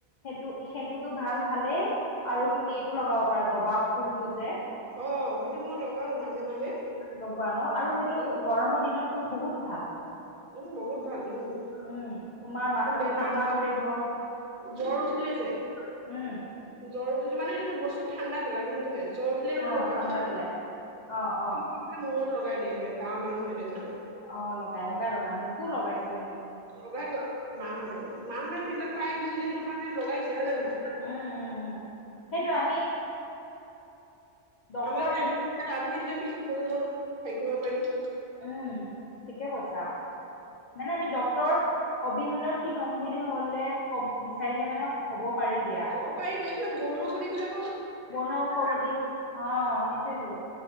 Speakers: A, on the left; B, on the right.
A: সেইটো- সেইটোতো ভাল- ভালেই। আৰু তুমি এইটো লগাব পাৰা, জবা ফুলটো যে
B: অ' সেইটো মই লগাওঁ মাজে - মাজে।
A: লগোৱা ন'? আৰু সেইটো
B: উম,
A: গৰমৰ দিনত তো বহুত ভাল।
B: উম বহুত ভাল। উম।
A: উম। তোমাৰ মাথাটো
B: বেমাৰ
A: ঠাণ্ডা কৰিব। উম
B: জ্বৰ উঠিলে যে জ্বৰ উঠিলে মানে হেটো বস্তুটো ঠাণ্ডা পেলাই গম পাইছা নাই? জ্বৰ উঠিলে সেইটো
A: অ'
B: ৰঙা
A: ঠাণ্ডা
B: ফুলবোৰ
A: পেলাই। অ', অ',
B: পিছি পিলে মূৰত লগাই দিয়ে মানে গাঁৱৰ মানুহে। তেনেকে
A: অ লগাই লগাই লগাই মোক কু লগাইছে।
B: লগাটো আক মাহঁহতে। মাহঁতে সেইবিলাক পাই আহিছে যে সেইটো কাৰণে লগাইছে হয় নে নহয়?
A: উম উম উম। সেইটো আমি ডক্তৰ
B: আমাৰ
A: নিবিচ
B: এ এনে আমি সেইটো যে পিছত বজনাতোক হেই কৰিব পাৰিম।
A: উম, ঠিকে কৈছা। মানে আমি ডক্তৰ অবিহনে ঠিক হম বুলি হলে কব বিচাৰিলে মানে হ'ব। পাৰি দিয়া।
B: অ পাৰিবে এইবিলাক বনৌষধি বিলাক
A: বনৌষধি অ সেইটোয়েতো